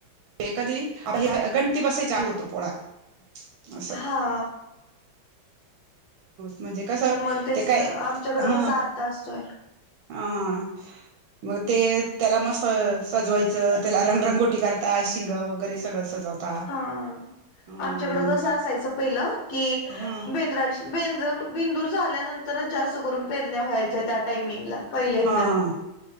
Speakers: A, on the right; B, on the left.
A: कधी आपली गणती बसायची आदी होतो पोळा असं.
B: हा.
A: म्हणजे कसं,
B: मग तेच
A: ते काय
B: ना आमच्याकडं
A: हं,
B: कसा आत्ता असतोय.
A: हा हा हा. मग ते त्याला मस्त सजवायचं, त्याला रंगरंगोटी करता शिंग वगैरे सगळं सजवता
B: हा.
A: हम्म
B: आमच्याकडं कसं असायच पहिलं, की
A: हा
B: बेंद्राची बेंदर बिंदूर झाल्यानंतरच जास्त करून पेरण्या व्हायच्या त्या टायमिंगला, पहिल्या हेज्यात.
A: हा हा